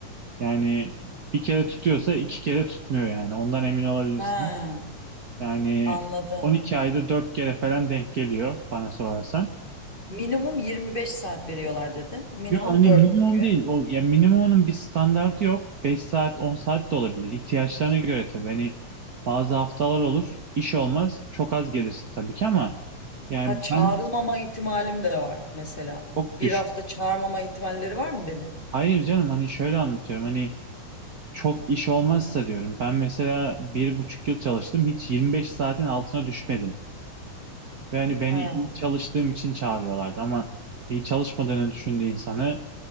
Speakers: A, on the right; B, on the left.
A: Yani bir kere tutuyorsa iki kere tutmuyor yani. Ondan emin olabilirsin.
B: Ha
A: Yani
B: anladım.
A: 12 ayda 4 kere falan denk geliyor bana sorarsan.
B: Minimum 25 saat veriyorlar dedin. Minimum
A: Yok hani
B: dört
A: minimum
B: gün
A: değil. O, ya minimumun bir standartı yok. beş saat 10 saat de olabilir. İhtiyaçlarına göre tabii. Hani bazı haftalar olur. iş olmaz. Çok az gelirsin tabii ki ama yani
B: Ha çağrılmama
A: ben
B: ihtimalim de var mesela.
A: çok
B: Bir
A: düşük.
B: hafta çağırmama ihtimalleri var mı beni?
A: Hayır canım hani şöyle anlatıyorum. Hani çok iş olmazsa diyorum. Ben mesela bir buçuk yıl çalıştım. Hiç 25 saatin altına düşmedim. Ve hani beni
B: He.
A: iyi çalıştığım için çağırıyorlardı ama iyi çalışmadığını düşündüğü insanı